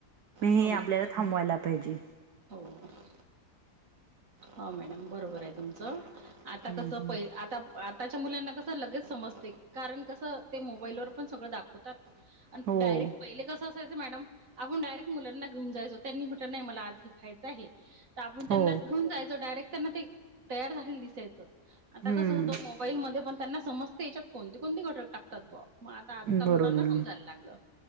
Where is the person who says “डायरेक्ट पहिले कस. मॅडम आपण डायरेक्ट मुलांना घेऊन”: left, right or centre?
Right